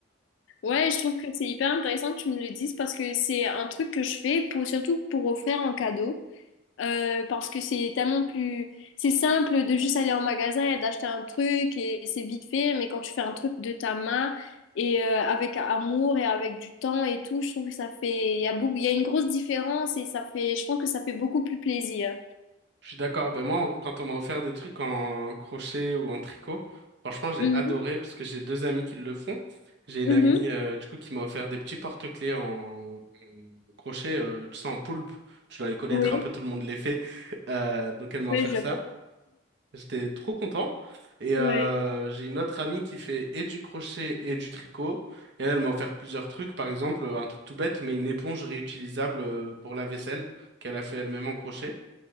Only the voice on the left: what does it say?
Ouais, je trouve que c'est hyper intéressant que tu me le dises parce que c'est un truc que je fais pour, surtout pour offrir en cadeau. Euh, parce que c'est tellement plus... C'est simple de juste aller en magasin et d'acheter un truc et c'est vite fait, mais quand tu fais un truc de ta main et euh, avec amour et avec du temps et tout, je trouve que ça fait... Il y a beaucoup... Il y a une grosse différence et ça fait... Je pense que ça fait beaucoup plus plaisir.
Mhm,
mhm.
Oui,
oui,
je...
Ouais.